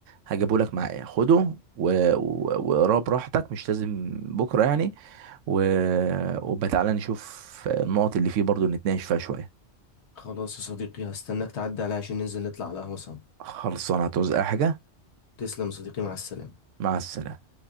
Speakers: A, on the right (about 80°); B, on the left (about 65°).
A: هجيبه لك معايا خده و- و- واقراه براحتك مش لازم بكرة يعني و... وبقى تعالى نشوف النقط اللي فيه برضو نتناقش فيها شوية
B: خلاص يا صديقي هستناك تعدي عليا عشان ننزل نطلع على القهوه سوا
A: خلصانة هتعوز اي حاجة
B: تسلم يا صديقي مع السلامه
A: مع السلامة